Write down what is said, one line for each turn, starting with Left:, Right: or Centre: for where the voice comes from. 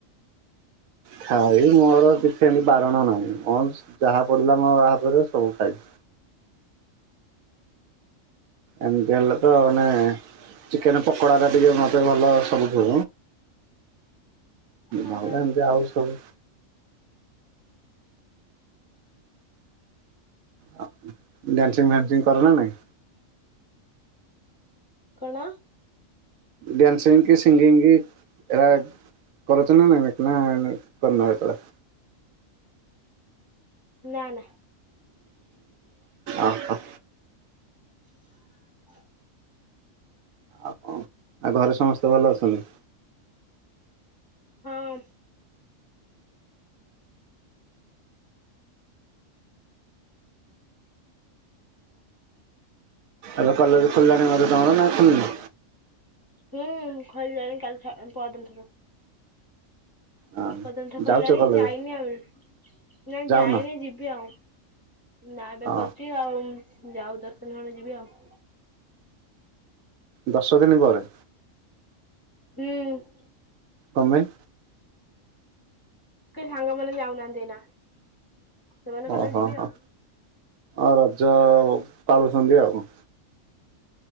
Right: ଖାଇ ମୋର କିଛି ଏମତି ବାରଣ ନାହିଁ ମଁ ସ ଯାହା ପଡିଲା ମୋଆପରେ ସବୁ ଖାଇବି ଏମୀତି ହେଲେ ତ ମାନେ ଚି କେନ ପକୋଡା ଟିକେ ମତେ ଭଲ ସବୁଠୁ
Left: ଅ
Right: ମୋର
Left: ହଁ।
Right: ଏମିତି ଆଉ ସବୁ ଆ ଡ୍ୟାାନସିଂ ଫନ୍ସିଂ କର ନା ନାଇଁ
Left: କଣ
Right: ଡ୍ୟାନ୍ସିଂ କି ସିଙ୍ଗିଙ୍ଗ କି ରା କରୁଛ ନା ନାଇଁ ନା କରିନ କେତେ ବେଳେ।
Left: ନା ନା।
Right: ଅ ହ।
Left: ହ
Right: ଆଉ କଣ ଆଉ ଘରେ ସମସ୍ତେ ଭଲ ଅଛନ୍ତି।
Left: ହଁ।
Right: ଏବେ କଲେଜ ଖୋଲିଲାଣି ବୋଧେ ତମର ନା ଖୋଲିନି।
Left: ହୁଁ ଖୋଲି ଲାଣିି କାଲି ଠା ପରଦିନ ଠାରୁ।
Right: ହଁ
Left: ପରଦିନ ଠାରୁ ଖୋଲି
Right: ଯାଉଛ
Left: ଲାଣି
Right: କଲେଜ
Left: ଯାଇନି ଆଉ ନାଇଁ
Right: ଯାଉନ
Left: ଯାଇନି ଯିବି ଆଉ। ନା ଏବେ
Right: ହଁ
Left: ଖୋଲଛି ଆଉ ଯାଉ ଦଶ ଦିନ ଖଣ୍ଡେ ଯିବି ଆଉ।
Right: ଦଶ ଦିନ ପରେ।
Left: ହୁଁ।
Right: କଁ ପାଇଁ।
Left: କେହି ସାଙ୍ଗ ମାନ ଯାଉ ନାହାନ୍ତି ଏଇନା। ସେମାନେ କଲେ
Right: ଓହୋ
Left: ଯିବି
Right: ହୋ
Left: ଆଉ।
Right: ଆଉ ରଜ ପାଳୁଛନ୍ତି ଆଉ କଁ।